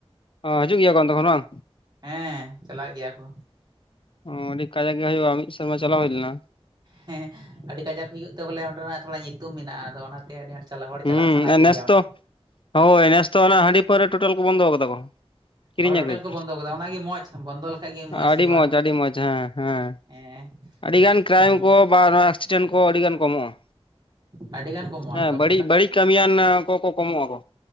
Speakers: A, on the left (about 55°); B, on the right (about 40°).
A: ᱦᱤᱡᱩᱜ ᱜᱮᱭᱟ ᱠᱚ ᱚᱱᱛᱮ ᱠᱷᱚᱱ ᱵᱟᱝ,
B: ᱦᱮᱸ ᱪᱟᱞᱟᱜ ᱜᱮᱭᱟ ᱠᱚ᱾
A: ᱚ ᱟᱹᱰᱤ ᱠᱟᱡᱟᱠ ᱦᱩᱭᱩᱜᱼᱟ, ᱢᱤᱫ ᱥᱮᱨᱢᱟ ᱪᱟᱞᱟ ᱦᱩᱭᱞᱱᱟ᱾
B: ᱦᱮᱸ ᱟᱹᱰᱤ ᱠᱟᱡᱟᱠ ᱦᱩᱭᱩᱜ ᱛᱮ ᱵᱚᱞᱮ ᱚᱸᱰᱮᱱᱟᱜ ᱛᱷᱚᱲᱟ ᱧᱩᱛᱩᱢ ᱢᱮᱱᱟᱜᱼᱟ, ᱟᱫᱚ ᱚᱱᱟᱛᱮ ᱟᱹᱰᱤ ᱟᱸᱴ ᱪᱟᱞᱟᱜ ᱦᱚᱲ ᱪᱟᱞᱟᱜ
A: ᱦᱩ
B: ᱥᱟᱱᱟ ᱠᱚᱜᱮᱭᱟ
A: ᱟᱨ ᱱᱮᱥᱛᱚ
B: ᱚᱸᱰᱮ
A: ᱦᱳᱭ ᱱᱮᱥᱛᱚ ᱚᱱᱟ ᱦᱟᱺᱰᱤ ᱯᱟᱹᱣᱨᱟᱹ ᱴᱳᱴᱟᱞ ᱠᱚ ᱵᱚᱱᱫᱚ ᱠᱟᱫᱟ ᱠᱚ᱾ ᱠᱤᱨᱤᱧ
B: ᱴᱳᱴᱮᱞ
A: ᱟᱠᱷᱨᱤᱧ
B: ᱠᱚ ᱵᱚᱱᱫᱚ ᱠᱟᱫᱟ ᱚᱱᱟᱜᱮ ᱢᱚᱸᱡᱽ, ᱟᱪᱪᱷᱟ ᱵᱚᱱᱫᱚ ᱞᱮᱠᱷᱟᱡ ᱜᱮ ᱢᱚᱸᱡᱽ
A: ᱟᱹᱰᱤ
B: ᱦᱩᱭᱩᱜᱼᱟ᱾
A: ᱟᱹᱰᱤ ᱢᱚᱸᱡᱽ ᱦᱮᱸ ᱦᱮᱸ
B: ᱦᱮᱸ
A: ᱟᱹᱰᱤ
B: ᱦᱸ
A: ᱜᱟᱱ ᱠᱨᱟᱭᱤᱢ ᱠᱚ ᱵᱟ ᱱᱚᱣᱟ ᱮᱠᱥᱤᱰᱮᱱᱴ ᱠᱚ ᱟᱹᱰᱤ ᱜᱟᱱ ᱠᱚᱢᱚᱜᱼᱟ᱾
B: ᱟᱹᱰᱤᱜᱟᱱ ᱠᱚᱢᱚᱜᱼᱟ
A: ᱦᱮᱸ
B: ᱮᱠᱫᱚᱢ
A: ᱵᱟᱹᱲᱤᱡ ᱵᱟᱹᱲᱤᱡ ᱠᱟᱹᱢᱤᱭᱟᱱ ᱠᱚᱠᱚ ᱠᱚᱢᱚᱜᱼᱟ ᱠᱚ᱾